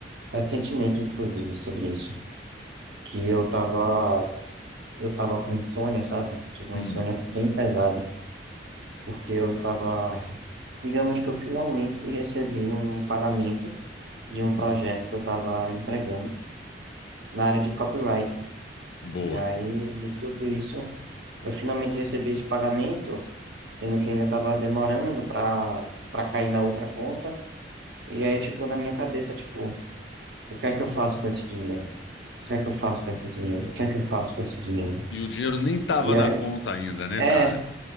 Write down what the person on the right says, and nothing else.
recentemente, inclusive, sobre isso, que eu tava, eu tava com insônia, sabe? Tive uma
insônia bem pesada, porque eu tava, digamos que eu finalmente recebi um pagamento de
um projeto que eu tava entregando na área de copywriting.
E aí, de tudo isso, eu finalmente recebi esse pagamento, sendo que ainda tava demorando para para cair na outra conta. E aí ficou na minha cabeça, tipo, O que é que eu faço com esse dinheiro? O que é que eu faço com esse dinheiro? O que é que eu faço com esse dinheiro?
E
aí,
é,